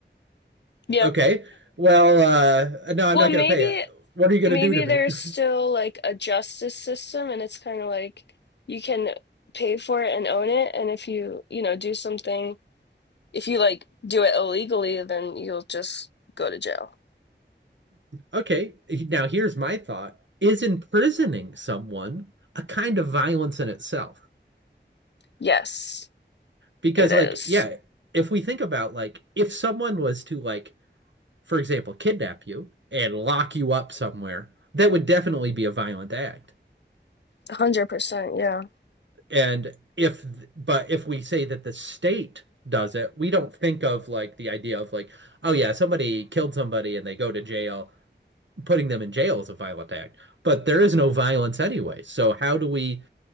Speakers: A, on the left; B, on the right.
A: Yeah.
B: Okay. Well, uh, no, I'm
A: Well,
B: not
A: maybe
B: going to pay it. What are you going
A: maybe
B: to do to me?
A: there's
B: <laughs>
A: still like a justice system and it's kind of like you can pay for it and own it and if you, you know, do something if you like do it illegally, then you'll just go to jail.
B: Okay. Now, here's my thought. Is imprisoning someone a kind of violence in itself?
A: Yes,
B: Because,
A: it is.
B: like, yeah, if we think about, like, if someone was to, like, for example, kidnap you and lock you up somewhere, that would definitely be a violent act.
A: 100%. Yeah.
B: And if, but if we say that the state does it, we don't think of, like, the idea of, like, oh, yeah, somebody killed somebody and they go to jail putting them in jail is a violent act, but there is no violence anyway. So how do we